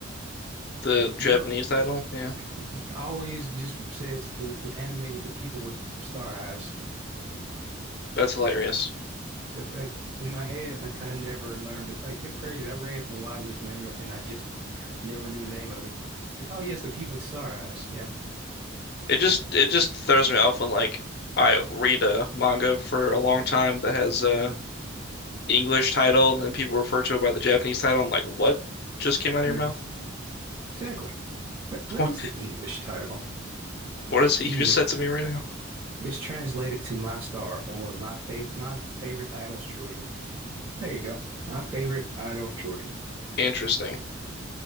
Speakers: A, on the left; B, on the right.
A: The Japanese
B: You know,
A: title, yeah.
B: y- y- I always just says the, the anime with the people with star eyes.
A: That's hilarious.
B: But like in my head, I, I never learned. Like it's crazy. I read a lot of this manga and I just never knew the name of it. Like, oh yes, the people with star eyes. Yeah,
A: It just it just throws me off when like I read a manga for a long time that has a
B: mm-hmm.
A: English title and then people refer to it by the Japanese title. I'm like, what just came out of your
B: Mm-hmm.
A: mouth? <laughs>
B: Exactly. But what
A: What
B: is the English title?
A: what is it you
B: English.
A: just said to me right now?
B: It's translated to My Star or My Favorite My Favorite Idol's Children. There you go. My favorite idol children.
A: Interesting.